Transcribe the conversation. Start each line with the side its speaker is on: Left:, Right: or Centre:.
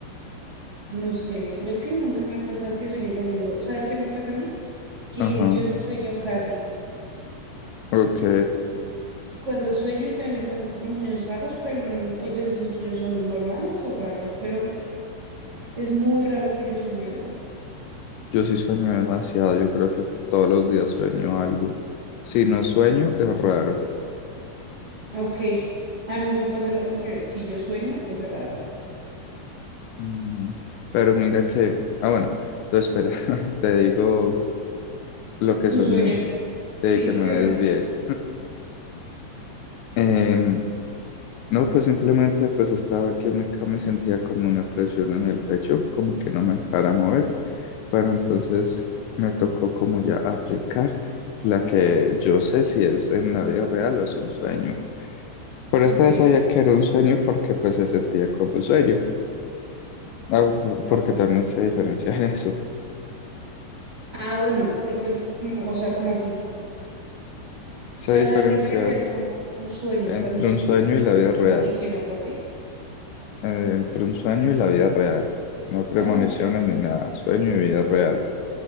Right: no sé, creo que nunca me ha pasado que sueñe lo mismo. ¿Sabes qué me pasa a mí? Que
Left: Ajá,
Right: yo no sueño casi.
Left: ok.
Right: Cuando sueño también me pasa como sueños raros, pero mm, hay veces son sueños son normales o raros, pero es muy raro que yo sueñe algo.
Left: Yo sí sueño demasiado. Yo creo que todos los días sueño algo. Si no sueño, es raro.
Right: Ok, a mí me pasa lo contrario, si yo sueño es raro.
Left: Mm, Pero mira que... Ah, bueno. Entonces, espera, <laughs> te digo lo que
Right: Tu
Left: soñé.
Right: sueño,
Left: Sí,
Right: sí,
Left: que
Right: porque
Left: me desvié.
Right: no me has dicho.
Left: Em, No, pues simplemente pues estaba aquí en mi cama y sentía como una presión en el pecho, como que no me dejara mover, pero entonces me tocó como ya aplicar la que yo sé si es en la vida real o es un sueño. Pero
Right: Ok,
Left: esta vez sabía que era un sueño porque pues se sentía como un sueño, Ah, porque
Right: ok.
Left: también sé diferenciar <laughs> eso,
Right: Ah, bueno, me cuentas como, o sea, como así. O
Left: sé
Right: sea,
Left: diferenciar
Right: sabes diferenciar como un sueño y
Left: entre
Right: cuando es
Left: un sueño y la vida real,
Right: premonición o algo así.
Left: eh, entre un sueño y la vida real, no premoniciones
Right: Ah, ok,
Left: ni nada, sueño y vida real.